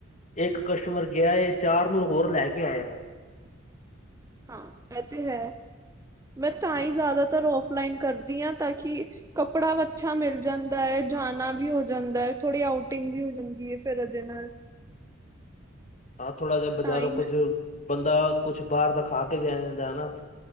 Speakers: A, on the left; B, on the right.
A: ਇੱਕ ਕਸਟਮਰ ਗਿਆ ਏ, ਚਾਰ ਨੂੰ ਹੋਰ ਲੈ ਕੇ ਆਏਗਾ।
B: ਹਾਂ, ਇਹ ਤੇ ਹੈ। ਮੈਂ ਤਾਂ ਹੀ ਜ਼ਿਆਦਾ ਤਰ ਔਫਲਾਈਨ ਕਰਦੀ ਹਾਂ, ਤਾਂ ਕਿ ਕੱਪੜਾ ਅੱਛਾ ਮਿਲ ਜਾਂਦਾ ਹੈ, ਜਾਣਾ ਵੀ ਹੋ ਜਾਂਦਾ ਹੈ, ਥੋੜ੍ਹੀ ਆਊਟਿੰਗ ਵੀ ਹੋ ਜਾਂਦੀ ਹੈ, ਫਿਰ ਉਹਦੇ ਨਾਲ।
A: ਹਾਂ ਥੋੜਾ ਜਿਹਾ ਬਜ਼ਾਰੋਂ
B: ਤਾਂ ਹੀ ਮੈਂ
A: ਕੁੱਝ, ਬੰਦਾ ਕੁਛ ਬਾਹਰ ਤਾਂ ਖਾ ਕੇ ਵੀ ਜਾਂਦਾ ਨਾ।